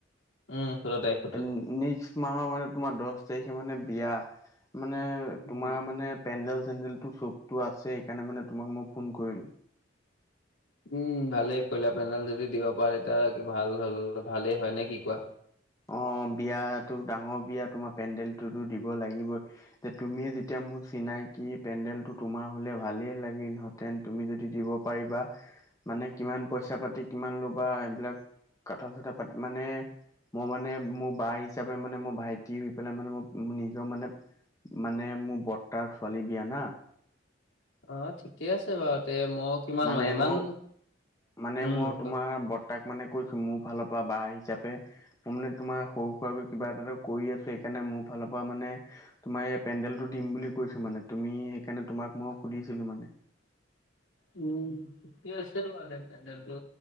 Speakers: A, on the left; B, on the left.
A: উম সোতৰ তাৰিখ
B: এন নিক্স মাহ্ মানে তোমা দচ তাৰিখে মানে বিয়া মানে
A: উম।
B: তোমা মানে পেণ্ডেল চেণ্ডেলটো চবতো আছে সেইকাণে মানে তোমাক ম ফোন কৰিলোঁ।
A: উম ভালেই কৰিলা পেনডেল যদি দিব পাৰে তা কি ভাল হ'ল ভালেই হয় নে কি কোৱা
B: অ', বিয়াতো ডাঙ্ বিয়া তোমা পেণ্ডেলটোতো দিব লাগিবই যে তুমিয়ে যেতিয়া মোৰ চিনাকি পেণ্ডেলটো তোমা হ'লে ভালেই লাগিল হয় টেন তুমি যদি দিব পাৰিবা মানে কিমান পইচা পাতি কিমান ল'বা এইবিলাক কথা চথা পাতি মানে ম মানে মো বা হিচাপে মানে মো ভাইটি হৈ পেলাই মানে ম নিজ্ মানেপ মানে মো বৰ্তাৰ ছোৱালী বিয়া না
A: অ', ঠিকে আছে বাৰু তে ম কিমান
B: মানে
A: মাই ইমান
B: মই মানে
A: উম,
B: মই
A: কোৱা।
B: তোমাৰ বৰ্তাক মানে কৈছোঁ মো ফাল্ পা বা হিচাপে ম মানে তোমা সৰু সুৰাকৈ কিবা এটাটো কৰি আছোঁ সেইকাণে মো ফাল্ পা মানে তোমা এই পেণ্ডেলটো দিম বুলি কৈছোঁ মানে তুমি সেইকাণে তোমাক ম সুধিছিলো মানে
A: উম <unintelligible> পেণ্ডেলটো